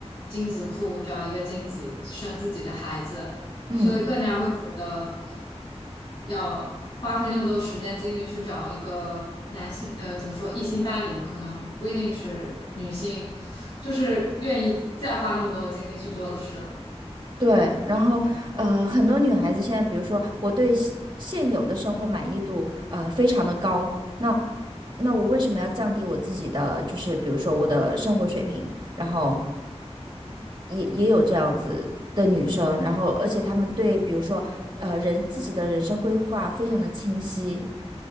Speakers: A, on the left; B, on the right.
A: 精子库找一个精子生自己的孩子，
B: 嗯。
A: 所以更加会觉得要花费那么多时间精力去找一个男性，呃，怎么说，异性伴侣，可能不一定是女性，就是愿意再花那么多精力去做的事了
B: 对，然后呃，很多女孩子现在，比如说我对现现有的生活满意度呃非常的高，那那我为什么要降低我自己的，就是比如说我的生活水平？然后也也有这样子的女生，然后而且她们对比如说呃人自己的人生规划非常的清晰，